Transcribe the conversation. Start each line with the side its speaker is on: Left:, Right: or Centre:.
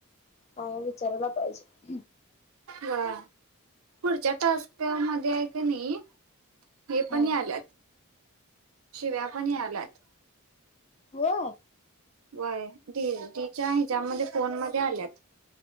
Left: आ विचारायला पाहिजे.
Right: वा पुढच्या टास्क मध्ये हाय कणी हे पण
Left: हा
Right: याल्यात, शिव्या पण याल्यात.
Left: हो.
Right: वय दिदीच्या हेजामध्ये, फोन मध्ये आल्यात